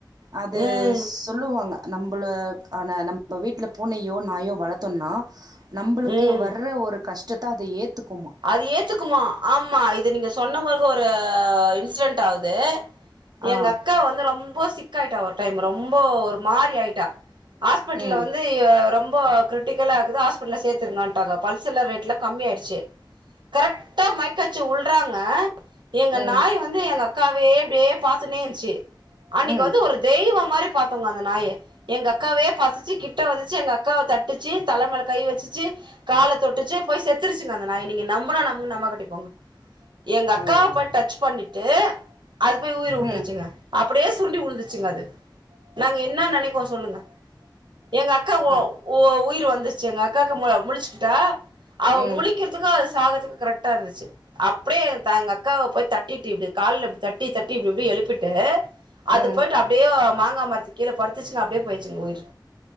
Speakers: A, on the right; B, on the right.
A: அது
B: ம்
A: சொல்லுவாங்க நம்பலகான நம்ப வீட்டுல பூனையோ நாயோ வளர்த்தோனா நம்பளுக்கு
B: ம்
A: வர்ற ஒரு கஷ்டத்த அது ஏத்துக்குமா
B: அது ஏத்துக்குமா ஆமாம் இது நீங்க சொன்ன மொறுகு ஒரு இன்சிடென்ட் ஆகுது எங்க
A: ஆ.
B: அக்கா வந்து ரொம்ப சிக்காயிட்டா ஒரு டைம் ரொம்ப ஒரு மாறி ஆயிட்டா ஹாஸ்பிட்டல்ல
A: ம்.
B: வந்து ரொம்ப கிரிட்டிக்கலா இருக்குது ஹாஸ்பிட்டல்ல சேத்திருங்கன்ட்டாங்க பல்சுலா ரேட்லா கம்மி ஆயிடுச்சு கரெக்ட்டா மைக்கய்ச்சு உல்றாங்க எங்க
A: ம்.
B: நாய் வந் து எங்க அக்காவயே இப்டியே பாத்துனே இந்ச்சு அன்னைக்கி
A: ம்.
B: வந்து ஒரு தெய்வம் மாரி பாத்தோங்க அந்த நாய எங்க அக்காவே பத்துச்சி கிட் ட வந்துச்சு எங்க அக்காவ தட்டுச்சு தலமேல கை வச்சுச்சு கால தொட்டுச்சு போய் செத்துருச்சுங்க அந்த நாய் நீங்க நம்புனா நம்புங்க நம்பா காட்டிப்போங்க எங்க அக்காவ
A: ஐயோ!
B: போய் டச் பண்ணிட்டு அது போய் உயிர உட்டுருச்சுங்க
A: ம்.
B: அப்டியே சுருண்டு விழுந்துருச்சுங்க அது நாங்க என்ன நெனைக்கோ சொல்லுங்க எங்க அக்கா
A: க
B: ஓ ஓ உயிர் வந்துருச்சு எங்க அக்காக்கு மொ முழிச்சிகிட்டா அவ
A: ம்.
B: முழிக்கிறதுக்கு அது சாகத்துக்கு கரெக்டா இருந்துச்சு அப்டியே எங்க தா எங்க அக்காவ போய் தட்டிட்டு இப்டி கால்ல இப்டி தட்டி தட்டி இப்டி இப்டி எழுப்பிட்டு அது
A: ம்.
B: போயிட்டு அப்டியோ மாங்கா மரத்து கீழே படுத்துச்சிங்க அப்டியே போயிடுச்சுங்க உயிர்